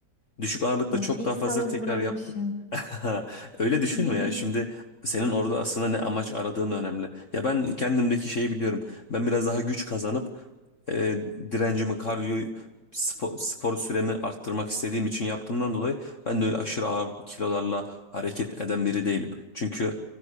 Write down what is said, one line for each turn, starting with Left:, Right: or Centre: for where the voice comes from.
Left: Düşük ağırlıkta
Right: Ya
Left: çok
Right: ilk
Left: daha
Right: salonu
Left: fazla tekrar
Right: bırakmışım.
Left: yapmak. <laughs> Öyle düşünme
Right: <laughs>
Left: ya. Şimdi senin orada aslında ne amaç aradığın önemli. Ya ben kendimdeki şeyi biliyorum. Ben biraz daha güç kazanıp e, direncimi, kardiyoyu, spor, spor süremi arttırmak istediğim için yaptığımdan dolayı ben de öyle aşırı ağır kilolarla hareket eden biri değilim. Çünkü